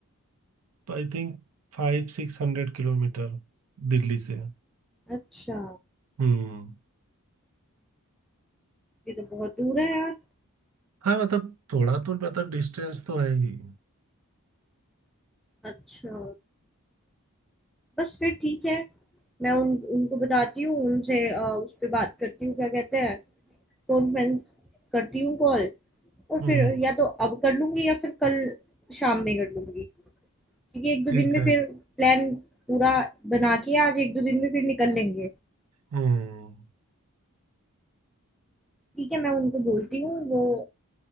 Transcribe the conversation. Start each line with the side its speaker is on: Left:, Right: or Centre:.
Right: I think five six hundred kilometre Delhi से
Centre: अच्छा
Right: हम्म
Centre: ये तो बहुत दूर है यार
Right: हाँ मतलब थोड़ा तो मतलब डिस्टेंस तो है ही
Centre: अच्छा बस फिर ठीक है मैं उन उनको बताती हूँ उनसे अ, उस पे बात करती हूँ क्या कहते हैं कॉन्फ्रेंस करती हूँ कॉल और
Right: हम्म
Centre: फिर या तो अब कर लूंगी या फिर कल शाम में कर लूंगी क्योंकि एक दो
Right: ठीक
Centre: दिन में
Right: है
Centre: फिर प्लान पूरा बना के आज एक दो दिन में फिर निकल लेंगे
Right: हम्म
Centre: ठीक है मैं उनको बोलती हूँ वो